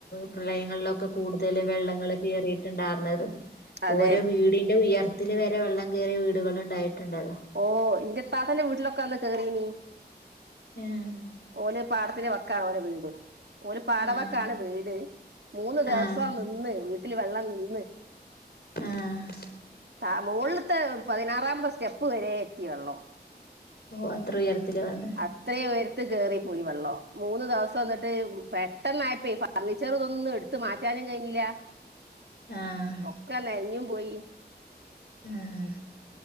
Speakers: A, on the left; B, on the right.
A: പ്രളയങ്ങളില് ഒക്കെ കൂടുതല് വെള്ളങ്ങള് കേറിയിട്ട് ണ്ടാർന്നത്
B: അതെ
A: ഓരോ വീടിന്റെ ഉയർത്തില് വരെ വെള്ളം കേറിയ വീടുകള് ണ്ടായിട്ട്ണ്ടല്ലോ
B: ഓഹ് ഇന്റെ ഇത്താത്താന്റെ വീട്ടിലൊക്കെ അന്ന് കേറിനി
A: ഏഹ്
B: ഓല് പാടത്തിന്റെ വക്കാണ് ഓല് വീട് ഓല് പാടവക്കാണ്
A: ആഹ്
B: വീട് മൂന്ന് ദെവസം
A: ആഹ്
B: നിന്ന് വീട്ടില് വെള്ളം നിന്ന്
A: ആഹ്
B: ത മൊളിലത്തെ പതിനാറാമത്തെ സ്റ്റെപ്പ് വരെ എത്തി വെള്ളോ
A: ഓഹ് അത്ര ഉയരത്തില് വന്ന്
B: അത്ര ഉയരത്തി കേറി പോയി വെള്ളം മൂന്ന് ദെവസം ന്നട്ട് പെട്ടെന്ന് ആയപ്പേ ഫർണിച്ചർ ഇത് ഒന്നും എടുത്ത് മാറ്റാനും കഴിഞ്ഞില്ല
A: ആഹ്
B: ഒക്കെ നെനഞ്ഞും പോയി
A: ആഹ്